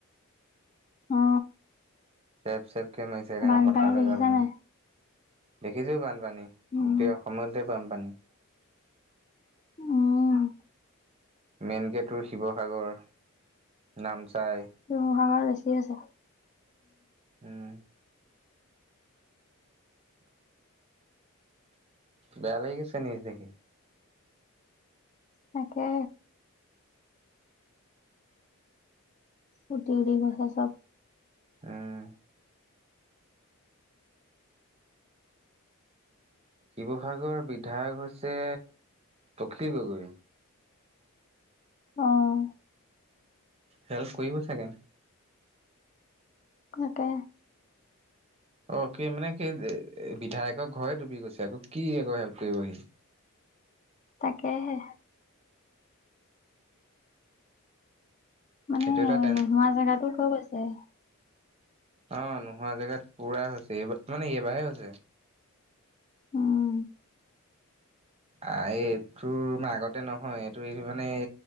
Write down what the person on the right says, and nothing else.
চেফ চেফ কি মাৰিছে সেইকাৰণে
পথাৰলে
যাব
দেখিছো বানপানী
গোটেই অসমতে বানপানী
মেনকে তোৰ শিৱসাগৰ নামচাই
উম বেয়া লাগি গৈছে নিউজ দেখি
উম শিৱসাগৰৰ বিধায়ক হৈছে অখিল গগৈ
হেল্প কৰিব চাগে!
অ', কি মানে কি বিধায়কৰ ঘৰে ডুবি গৈছে, আকৌ কি আকৌ হেল্প কৰিব সি।
সেইটো এটা টেন
অ', নোহোৱা জেগাত পুৰা হৈছে, এইবাৰ মানে এইবাৰাহে হৈছে।
আ এইটো ম আগতে নহয়, এইটো মানে